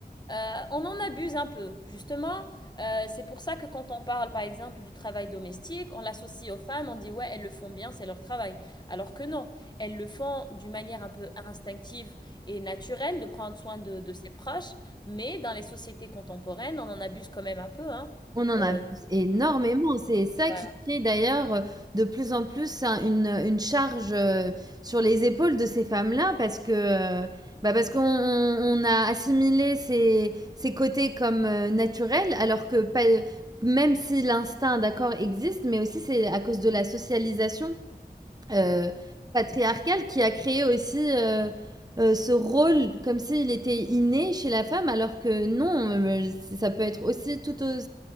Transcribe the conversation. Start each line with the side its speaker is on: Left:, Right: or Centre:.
Left: euh, on en abuse un peu, justement. Euh, c'est pour ça que quand on parle, par exemple, du travail domestique, on l'associe aux femmes, on dit, ouais, elles le font bien, c'est leur travail. Alors que non. Elles le font d'une manière un peu instinctive et naturelle de prendre soin de, de ses proches, mais dans les sociétés contemporaines, on en abuse quand même un peu, hein.
Right: On en
Left: Euh,
Right: abuse énormément. C'est ça
Left: voilà.
Right: qui crée d'ailleurs euh, de plus en plus un- une, une charge euh, sur les épaules de ces femmes-là parce que euh, bah parce qu'on on- on a assimilé ces, ces côtés comme euh, naturels alors que pas- même si l'instinct d'accord existe, mais aussi c'est à cause de la socialisation euh, patriarcal qui a créé aussi euh, euh, ce rôle comme s'il était inné chez la femme, alors que non, euh, ça peut être aussi tout, au-